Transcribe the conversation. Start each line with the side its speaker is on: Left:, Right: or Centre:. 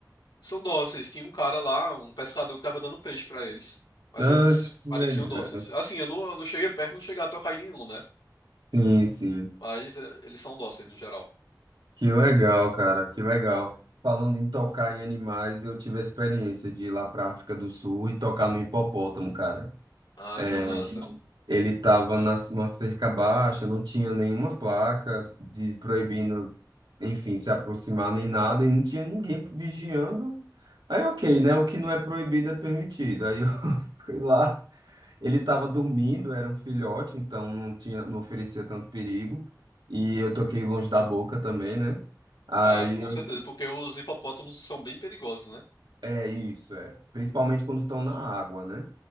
Left: São dóceis. Tinha um cara lá, um pescador que tava dando peixe pra eles. Mas
Right: Ah,
Left: eles
Right: que
Left: pareciam
Right: legal.
Left: dóceis. Assim, eu não, eu não cheguei perto, não cheguei a tocar em nenhum, né?
Right: Sim, sim.
Left: Mas eh, eles são dóceis no geral.
Right: Que legal, cara, que legal. Falando em tocar em animais, eu tive a experiência de ir lá para África do Sul e tocar no hipopótamo, cara.
Left: Ah,
Right: É,
Left: que massa.
Right: ele estava numa cerca baixa, não tinha nenhuma placa de proibindo, enfim, se aproximar nem nada, e não tinha ninguém vigiando. Aí, ok, né? O que não é proibido é permitido. Aí eu <laughs> fui lá. Ele estava dormindo, era um filhote, então não tinha, não oferecia tanto perigo. E eu toquei longe da boca também, né? Aí
Left: Ah, com
Right: eu,
Left: certeza, porque os hipopótamos são bem perigosos, né?
Right: é isso, é. Principalmente quando estão na água, né?